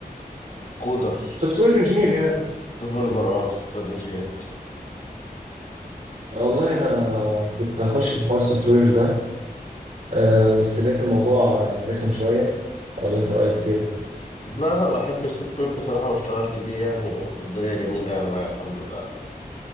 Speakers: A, on the left; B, on the right.
A: كودر
B: سوفت وير انجينير يعني
A: ديفلوبر أه سوفت وير إنجينير
B: والله انا كنت هخش في حوار السوفت وير ده آه، بس لقيت الموضوع يعني رخم شوية ولا انت رايك ايه؟
A: لا أنا بحب السوفت وير بصراحة واشتغلت بيه يعني والدنيا جميلة يعني معايا الحمد لله